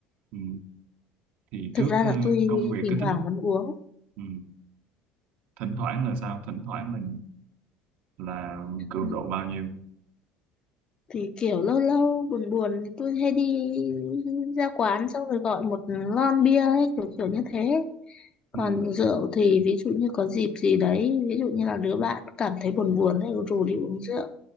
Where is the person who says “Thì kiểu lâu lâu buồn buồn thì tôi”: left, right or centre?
Left